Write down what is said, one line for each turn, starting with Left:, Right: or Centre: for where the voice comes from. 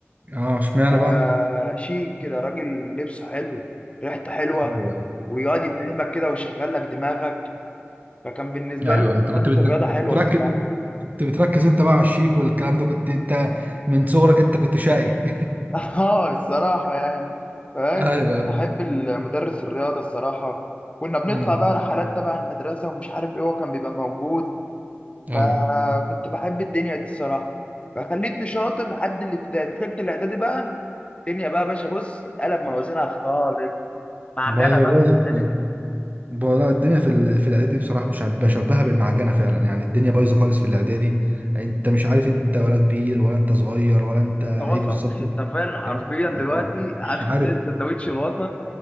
Right: اه اشمعنى
Left: آه،
Right: بقى
Left: شيك كده راجل لبسه حلو ريحته حلوه
Right: أيوة.
Left: ويقعد يفهمك كده ويشغل لك دماغك فكان بالنسبه
Right: ايوه
Left: لي
Right: انت كنت
Left: ماده
Right: بت...
Left: الرياضه حلوه
Right: بتركز
Left: الصراحه
Right: كنت بتركز انت بقى على الشيك والكلام ده كنت انت من صغرك انت كنت شقي <laughs>
Left: اه الصراحة يعني فاهم
Right: ايوه
Left: فكنت
Right: ايوه
Left: بحب المدرس الرياضة الصراحة كنا بنطلع
Right: مم.
Left: بقى رحلات تبع المدرسة ومش عارف ايه هو كان بيبقى موجود
Right: ايوه
Left: فكنت بحب الدنيا دي الصراحة فخليتني شاطر لحد الابتدائي دخلت الإعدادي بقى الدنيا بقى يا باشا بص اتقلب موازينها خالص معجنة
Right: ما هي
Left: بقى
Right: باظت
Left: في الإعدادي
Right: يعني.
Left: ده
Right: ب- لا الدنيا في ال- في الاعدادي بصراحه بش- بشبهها بالمعجنه فعلا يعني الدنيا بايظه خالص في الاعدادي انت مش عارف انت ولا كبير ولا انت صغير ولا انت
Left: انت
Right: ايه
Left: وسط
Right: بالظبط
Left: <laughs> انت فعلا حرفيا
Right: انت-
Left: دلوقتي
Right: اه،
Left: عامل
Right: مش عارف
Left: زي السندوتش الوسط